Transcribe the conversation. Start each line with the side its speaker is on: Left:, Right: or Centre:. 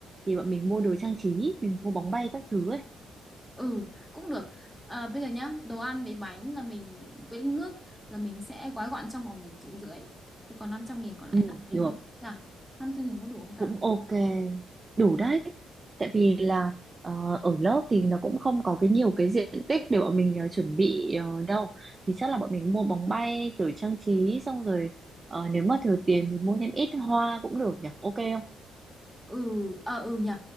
Right: thì bọn mình mua đồ trang trí mình mua bóng bay các thứ ấy
Centre: ừ cũng được Ờ, bây giờ nhá đồ ăn với bánh là mình với nước là mình sẽ gói gọn trong vòng một triệu rưỡi thì còn 500 nghìn còn lại
Right: ừ,
Centre: nữa
Right: được
Centre: mình có đủ không ta năm trăm nghìn có đủ không ta
Right: cũng ok đủ đấy tại vì là ờ, ở lớp thì nó cũng không có cái nhiều cái diện tích để bọn mình ờ, chuẩn bị ờ, đâu thì chắc là bọn mình mua bóng bay kiểu trang trí xong rồi ờ, nếu mà thừa tiền thì mua thêm ít hoa cũng được nhỉ ok
Centre: ừ ờ ừ nhỉ